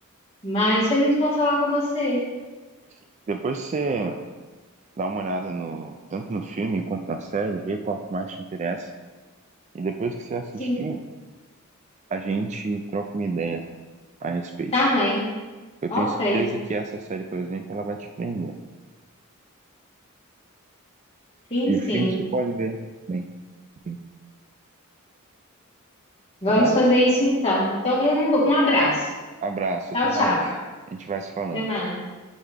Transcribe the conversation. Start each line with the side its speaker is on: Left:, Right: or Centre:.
Left: mas foi muito bom falar com você.
Right: Sim. Depois você dá uma olhada no, tanto no filme quanto na série, vê qual que mais te interessa. E depois que você assistir,
Left: Sim,
Right: a gente troca uma ideia a respeito.
Left: tá bem.
Right: Eu
Left: Ok,
Right: tenho certeza que essa série, por exemplo, ela vai te prender.
Left: sim,
Right: E
Left: sim.
Right: o filme você pode ver também. enfim.
Left: Vamos
Right: Tá bom?
Left: fazer isso então. Então, um, um abraço.
Right: Abraço,
Left: Tchau,
Right: até
Left: tchau.
Right: mais. A gente vai se falando.
Left: Até mais.